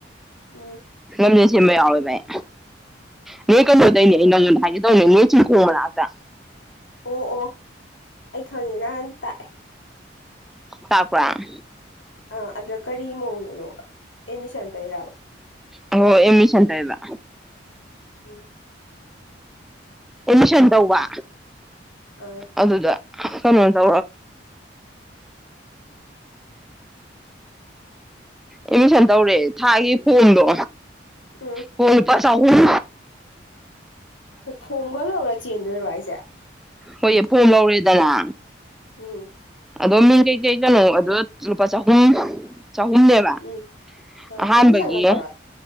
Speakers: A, on the left; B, in the centre.
A: ꯎꯝ
B: ꯔꯖ ꯃ ꯌꯥꯎꯋꯦ ꯚꯥꯏ ꯅꯣꯏ ꯀꯩꯅꯣꯗꯩꯅꯦ ꯑꯩ ꯅꯪꯉꯣꯟꯗ ꯍꯥꯏꯒꯗꯧꯅꯦ ꯅꯣꯏ ꯆꯤꯡꯈꯣꯡꯕꯅꯥꯛꯇ
A: ꯑꯣ ꯑꯣ ꯑꯩ ꯈꯪꯉꯤ ꯅꯍꯥꯟ ꯇꯥ
B: ꯄꯛꯄꯔꯥ
A: ꯑ ꯑꯗ ꯀꯔꯤ ꯃꯣꯉꯅꯣꯕ ꯑꯦꯅꯤ ꯆꯥꯟꯗꯔꯕ
B: ꯑꯣ ꯑꯦꯃꯤꯁꯇ ꯏꯕ
A: ꯎꯡ
B: ꯑꯦꯂꯁꯟꯗꯧꯋꯥ
A: ꯑꯥ
B: ꯑꯗꯨꯗ ꯀꯩꯅ ꯆ ꯑꯦꯠꯃꯤꯁꯟ ꯇꯧꯔꯑꯦ ꯊꯥꯒꯤ ꯐꯣꯝꯗꯣ
A: ꯎꯝ
B: ꯀꯣꯏ ꯄꯥꯁ ꯆꯥꯎꯍꯨꯝ
A: ꯑꯣ ꯐꯣꯝꯒ ꯂꯧꯔ ꯆꯦꯟꯗꯣꯏꯔꯣ ꯍꯥꯏꯁ‌ꯦ
B: ꯍꯣꯏꯌ‌ꯦ ꯐ‌ꯣꯝ ꯂꯧꯔꯦꯗꯅꯥ
A: ꯎꯡ
B: ꯑꯗꯣ ꯃꯤꯡ ꯀꯩ ꯀꯩ ꯀꯩꯅꯣ ꯑꯗꯨ ꯂꯨꯄꯥ ꯆꯍꯨꯝ ꯆꯍꯨꯝꯅꯦꯕ
A: ꯎꯝ ꯑꯥ
B: ꯑꯍꯥꯟꯕꯒꯤ
A: ꯑꯦꯗꯃꯤꯁꯟꯒ ꯇꯧꯔ